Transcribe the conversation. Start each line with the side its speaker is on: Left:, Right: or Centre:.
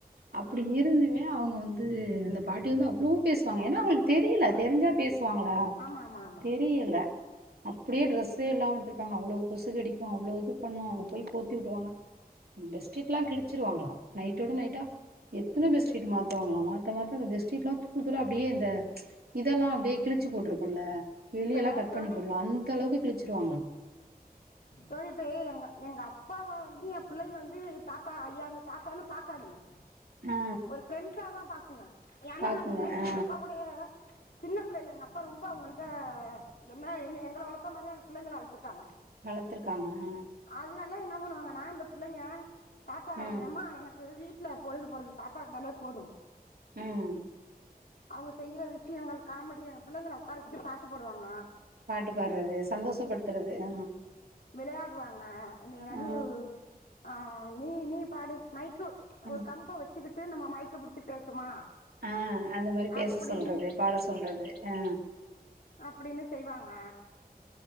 Right: அப்டி
Left: ஆ
Right: இருந்துமே அவுங்க வந்து அந்த பாட்டி வந்து அவ்ளோ பேசுவாங்க ஏன்னா அவுங்களுக்கு தெரியில தெரிஞ்சா பேஸ் சுவாங்களா
Left: ஆமா ஆமா ஆமா
Right: தெரியில
Left: ஆமா
Right: அப்டியே டிரெஸ்ஸே இல்லாம விட்ருப்பாங்க அவ்ளோ கொசு கடிக்கு அவ்ளோ இது பண்ணு அவுங்க போய் போத்திவுடுவாங்க பெட்ஷீட்லா கிழிச்சிருவாங்ளா நைட்டோட நைட்டா எத்தன பெட்ஷிட்டு மாத்துவாங்ளா மாத்த மாத்த அந்த பெட்ஷிட்லா தூள் தூளா அப்டியே இந்த இதெல்லா அப்டியே கிழிச்சு போட்ருக்குல்ல எலியெல்லா
Left: இப்ப
Right: கட்
Left: தோழி
Right: பண்ணி போட்ல அந்தளவுக்கு கிழச்சிருவாங்களா
Left: தோழி இப்பே எங்க எங்க அப்பாவ வந்து என் புள்ளைங்க வந்து தாத்தா ஐயானு தாத்தானு பாக்காதுங்க
Right: ஆ
Left: ஒரு ஃப்ரெண்ட்ஸாதா பாக்குங்க ஏன்னா
Right: பாக்குங்க
Left: அதுங்க
Right: ஆ
Left: எங்க அப்பா கூடயே சின்ன பிள்ளைல்ல எங்க அப்பா ரொம்ப அவுங்கள்ட்ட என்ன என்ன எங்கள வளத்த மாரியே எங்க பிள்ளைங்கள வளத்துருக்காங்க
Right: வளத்துருக்காங்க ம்
Left: அதுலந்து என்ன பண்ணுவாங்கன்னா இந்த பிள்ளைங்க தாத்தா
Right: ம்
Left: எம்மா எனக்கு வீட் ட்ல பொழுது போறதுக் தாத்தா இருந்தாலே போது
Right: ம்
Left: அவுங்க செய்யற விஷ்யங்கள் காமெடி அங்க பிள்ளைங்கள உட்காரச்சிட்டு பாட்டு பாடுவாங்க
Right: பாட்டு பாட்றது சந்தோஷப்படுத்தறது அம்
Left: விளயாடுவாங்க எனது
Right: ஆ
Left: அ நீ நீ பாடு மைக்கு
Right: ம்
Left: ஒரு கம்ப வச்சுக்கிட்டு நம்ம மைக்க புடிச்சு பேசுமா
Right: ஆ அந்த மாரி பேச
Left: அப்படின்னு
Right: சொல்றது பாட சொல்றது அ
Left: அப்டின்னு செய்வாங்க